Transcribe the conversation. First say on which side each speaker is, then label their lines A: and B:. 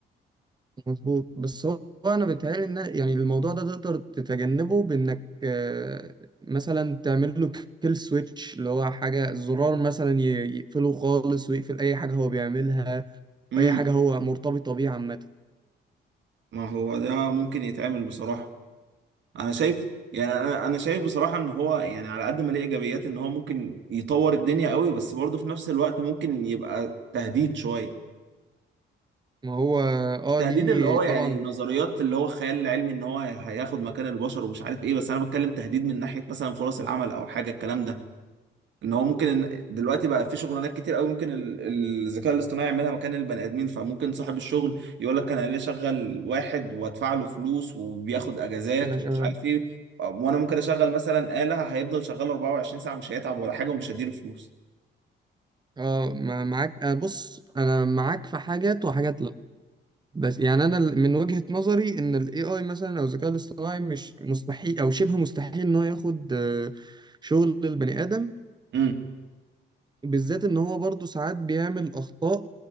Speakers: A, on the right; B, on the right.
A: مظبوط بس هو هو انا بيتهيألي ان يعني الموضوع ده تقدر تتجنبه بانك آه، مثلا تعمل له كيل سويتش اللي هو حاجه زرار مثلا ي- يقفله خالص ويقفل اي حاجه هو بيعملها
B: امم
A: واي حاجه هو مرتبطه بيه عامه
B: ما هو ده ممكن يتعمل بصراحة انا شايف يعني انا أنا شايف بصراحه ان هو يعني على قد ما ليه ايجابيات ان هو ممكن يطور الدنيا قوي بس برضه في نفس الوقت ممكن يبقى تهديد شويه
A: ما هو اه
B: مش تهديد
A: ليه
B: اللي هو
A: طبعا
B: يعني نظريات اللي هو الخيال العلمي ان هو هياخد مكان البشر ومش عارف ايه بس انا بتكلم تهديد من ناحيه مثلا فرص العمل او حاجه الكلام ده ان هو ممكن إن دلوقتي بقى في شغلانات كتير قوي ممكن ال- الذكاء الاصطناعي يعملها مكان البني ادمين فممكن صاحب الشغل يقول لك انا ليه اشغل واحد وادفع له فلوس وبياخد اجازات
A: انا شغال
B: ومش عارف ايه وانا ممكن اشغل مثلا آلة هيفضل شغال 24 ساعة مش هيتعب ولا حاجة ومش هديله فلوس
A: اه ما- معاك آه بص انا معاك في حاجات وحاجات لا بس يعني انا ال- من وجهة نظري ان الاي اي مثلا او الذكاء الاصطناعي مش مستحيل او شبه مستحيل ان هو ياخد آه، شغل البني ادم
B: امم
A: بالذات ان هو برضه ساعات بيعمل اخطاء